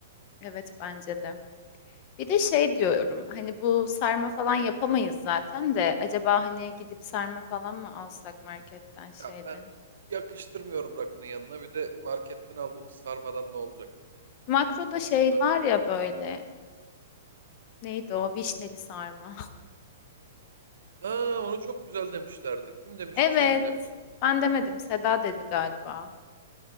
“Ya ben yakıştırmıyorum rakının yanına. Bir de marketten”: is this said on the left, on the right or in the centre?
Right